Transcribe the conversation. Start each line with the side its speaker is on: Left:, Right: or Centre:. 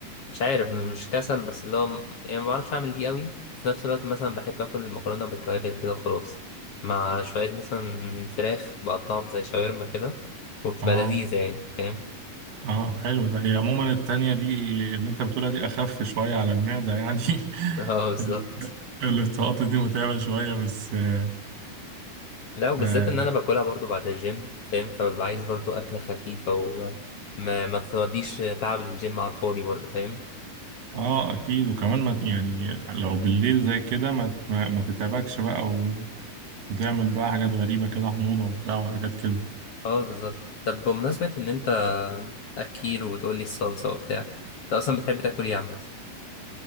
Left: مش عارف مش كسل بس اللي هو م- يعني ما بعرفش اعمل دي قوي في نفس الوقت مثلا بحب اكل المكرونه بالتوابل كده خلاص مع شويه مثلا فراخ بقطعهم زي شاورما كده وبتبقى
Right: اه
Left: لذيذه يعني فاهم
Right: اه حلو ده هي عموما التانية دي اللي انت بتقولها دي اخف شوية على المعدة يعني
Left: <laughs> اه بالظبط
Right: <laughs> ال- الطاقات دي متعبة شوية بس آه،
Left: لا وبالذات
Right: آه،
Left: ان انا باكلها برضو بعد الجيم فاهم فببقى عايز برضو اكله خفيفه وما ما ما توديش تعب الجيم على الفاضي برضو فاهم
Right: اه اكيد وكمان ما يعني لو بالليل زي كده ما ما ما تتعبكش بقى و- وتعمل بقى حاجات غريبة كده حموضة وبتاع وحاجات كده
Left: اه بالظبط طب بمناسبه ان انت اكيل وبتقولي الصلصه وبتاع انت اصلا بتحب تاكل ايه عامه